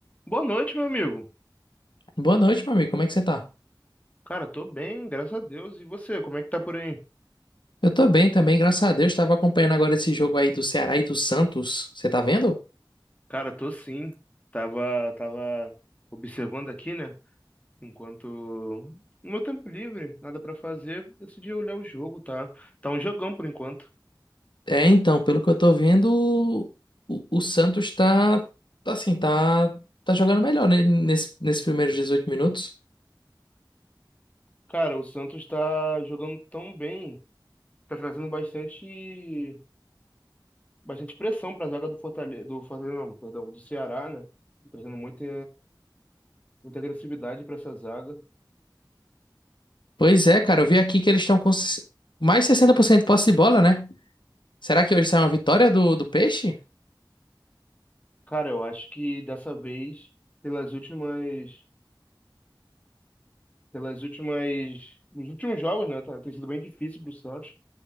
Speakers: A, on the left (about 20°); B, on the left (about 75°).
A: Boa noite, meu amigo.
B: Boa noite, meu amigo. Como é que você tá?
A: Cara, tô bem, graças a Deus. E você, como é que tá por aí?
B: Eu tô bem também, graças a Deus. Tava acompanhando agora esse jogo aí do Ceará e do Santos. Você tá vendo?
A: Cara, tô sim. Tava, tava observando aqui, né? Enquanto no meu tempo livre, nada pra fazer, decidi olhar o jogo, tá? Tá um jogão por enquanto.
B: É, então, pelo que eu tô vendo, o, o Santos tá, tá assim, tá, tá jogando melhor, né? Nesse, nesses primeiros 18 minutos.
A: Cara, o Santos tá jogando tão bem, tá trazendo bastante, bastante pressão pra zaga do Fortaleza, do Fortaleza, não, perdão, do Ceará, né? Tá Trazendo muita, muita agressividade pra essa zaga.
B: Pois é, cara, eu vi aqui que eles estão com s- mais 60% de posse de bola, né? Será que hoje sai uma vitória do, do Peixe?
A: Cara, eu acho que dessa vez pelas últimas pelas últimas, os últimos jogos, né? Tá, tem sido bem difícil pro Santos,